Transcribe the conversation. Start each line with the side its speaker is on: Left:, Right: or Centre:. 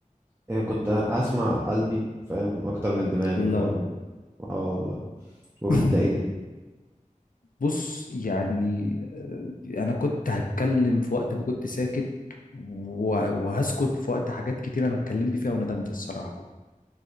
Right: يعني كنت هسمع قلبي فاهم أكتر من دماغي
Left: الله
Right: فاهم اه والله وانت
Left: <laughs>
Right: ايه الدنيا
Left: بص يعني آه، انا كنت هتكلم في وقت ما كنت ساكت و- وهسكت في وقت حاجات كتير انا اتكلمت فيها وندمت الصراحه